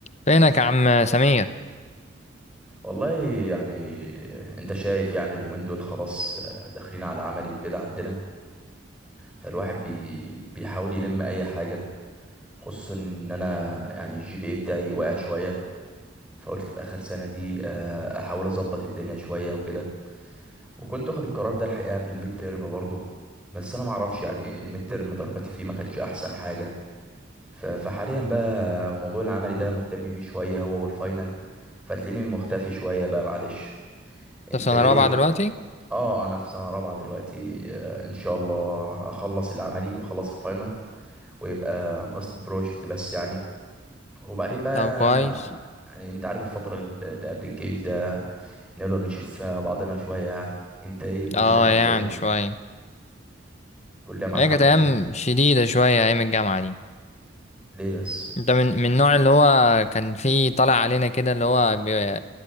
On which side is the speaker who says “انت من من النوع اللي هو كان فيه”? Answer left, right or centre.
Left